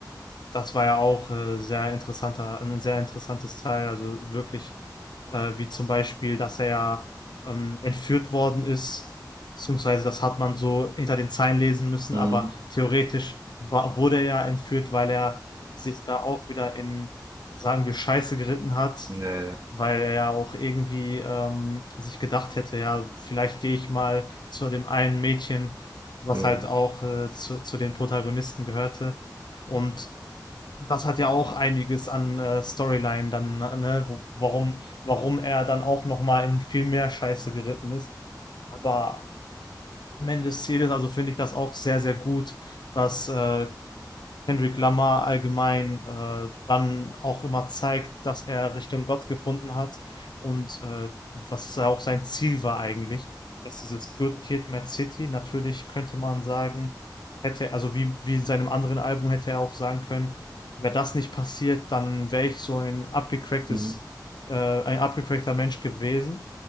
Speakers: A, on the left; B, on the right.
A: das war ja auch äh, sehr interessanter, ein sehr interessantes Teil. Also wirklich, äh, wie zum Beispiel, dass er ja ähm, entführt worden ist, beziehungsweise das hat man so hinter den Zeilen lesen müssen,
B: Mhm.
A: aber theoretisch war, wurde er ja entführt, weil er sich da auch wieder in, sagen wir, Scheiße geritten hat,
B: Ja, ja.
A: weil er ja auch irgendwie ähm, sich gedacht hätte, ja, vielleicht gehe ich mal zu dem einen Mädchen, was
B: Mhm.
A: halt auch äh, zu, zu den Protagonisten gehörte. Und das hat ja auch einiges an äh, Storyline dann, ne, ne, wo, warum, warum er dann auch nochmal in viel mehr Scheiße geritten ist. Aber am Ende des Zieles, also finde ich das auch sehr, sehr gut, dass äh, Kendrick Lamar allgemein äh, dann auch immer zeigt, dass er Richtung Gott gefunden hat und äh, was ja auch sein Ziel war eigentlich, dass dieses Good Kid, Mad City, natürlich könnte man sagen, hätte, also wie, wie in seinem anderen Album hätte er auch sagen können, wäre das nicht passiert, dann wäre ich so ein abgecracktes,
B: Mhm.
A: äh, ein abgecrackter Mensch gewesen.